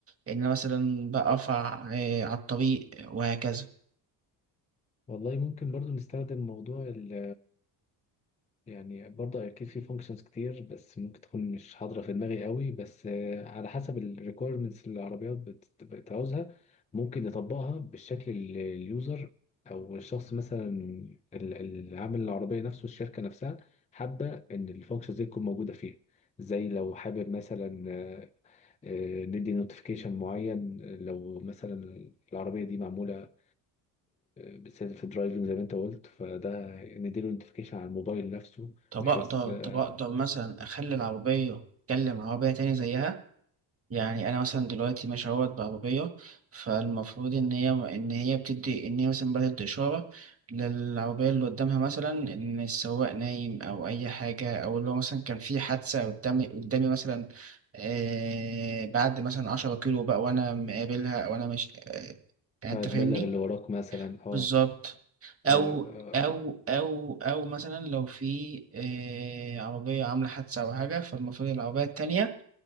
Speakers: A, on the right; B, on the left.
A: ان انا مثلا بقى ارفع إيه على الطريق وهكذا
B: والله ممكن برضو نستخدم موضوع ال يعني برضو أكيد في functions كتير بس ممكن تكون مش حاضرة في دماغي قوي بس آه، على حسب ال requirements اللي العربيات بت- بتعوزها ممكن نطبقها بالشكل اللي اليوزر أو الشخص مثلا ال- اللي عامل العربية نفسه الشركة نفسها حابة إن الفانكشنز دي تكون موجودة فيها زي لو حابب مثلا آه، آه، ندي نوتيفيكيشن معين لو مثلا العربية دي معمولة بالسيلف درايفنج زي ما انت قلت فده نديله نوتيفيكيشن على الموبايل نفسه
A: طب
B: بحيث
A: أقدر
B: آه،
A: طب أقدر مثلا أخلي العربية أتكلم عربية تانية زيها يعني أنا مثلا دلوقتي ماشي أهوت بعربية فالمفروض إن هي إن هي بتدي إن هي مثلا بتدي إشارة للعربية اللي قدامها مثلا إن السواق نايم أو أي حاجة أو اللي هو مثلا كان في حادثة قدامي قدامي مثلا آه بعد مثلا عشرة كيلو بقى وأنا مقابلها أو أنا مش آه يعني
B: فهتبلغ
A: أنت فاهمني؟
B: اللي وراك مثلا اه
A: بالظبط
B: ايوه
A: او او او او مثلا لو في آه، عربيه عامله حادثه او حاجه فالمفروض العربيه التانية